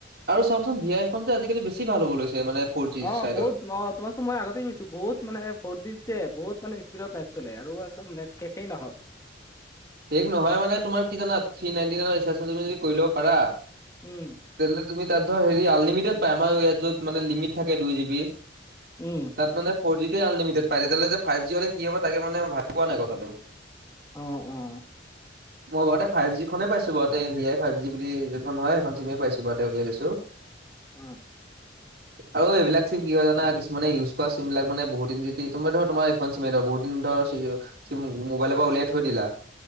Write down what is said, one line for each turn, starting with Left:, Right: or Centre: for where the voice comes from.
Right: আৰু চাবচোন ভি আইখন যে আজি-কালি বেছি ভাল হ'ব লৈছে। মানে ফ'ৰ জি
Left: অ,
Right: চাইডত।
Left: বহুত মহ তোমাৰ টো মই আগতে কৈছো বহুত মানে ফৰ জিত যে বহুত মানে স্পীডত নেট চলে আৰু একদম নেট শেষেই নহয়।
Right: শেষ নহয় মানে তোমাৰ কি জানা। থ্ৰী নাইনটি নাইনৰ ৰিচাৰ্জ এটা তুমি যদি ল'ব পাৰা
Left: উম।
Right: তেনেহ'লে তুমি তাত ধৰ হেৰি আনলিমিটেত পায়। আমাৰ ইয়াত য'ত মানে লিমিট থাকেই দুই জিবি।
Left: উম।
Right: তাত মানে ফৌৰ জিতে আনলিমিটেত পায়। তেতিয়াহলে যে ফাইভ জি হলে কি হ'ব তাকে মানে মই ভাবি পোৱা নাই কথাটো।
Left: অ, অ।
Right: মই বাৰুতে ফাইভ জি খনেই পাইছো বাৰুতে। ভী আই ফাইভ জি বুলি যিখন হয় এখন চিমে পাইছো। <unintelligible> উলিয়াই লৈছো।
Left: অ
Right: <inaudible> আৰু এইবিলাক চিম কি হয় জানা? কিছুমানে ইউজ কৰা চিম বিলাক মানে বহুত দিন যদি তোমাৰ ধৰা তোমাৰ এখন চিমে ধৰ বহুত দিন ধৰ ছুইছ চিম মোবাইলৰ পৰা উলিয়াই থৈ দিলা।